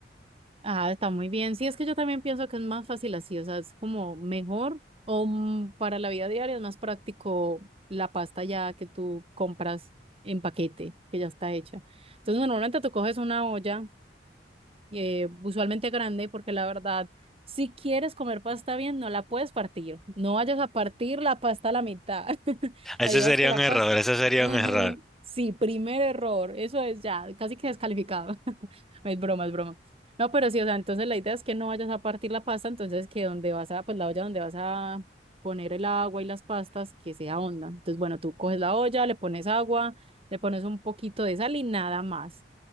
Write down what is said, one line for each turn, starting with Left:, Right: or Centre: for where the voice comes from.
Right: Ah, está muy bien. Sí, es que yo también pienso que es más fácil así, o sea, es como mejor o mm, para la vida diaria es más práctico la pasta ya que tú compras en paquete, que ya está hecha. Entonces, normalmente tú coges una olla eh, usualmente grande, porque la verdad, si quieres comer pasta bien, no la puedes partir. No vayas a partir la pasta a la mitad. <laughs> La
Centre: Ese
Right: idea
Centre: sería
Right: es que la
Centre: un error,
Right: pasta.
Centre: ese sería
Right: Ajá.
Centre: un error.
Right: Sí, primer error. Eso es ya, casi que descalificado. <laughs> Es broma, es broma. No, pero sí, o sea, entonces la idea es que no vayas a partir la pasta, entonces que donde vas a, pues la olla donde vas a poner el agua y las pastas, que sea honda. Entonces, bueno, tú coges la olla, le pones agua, le pones un poquito de sal y nada más.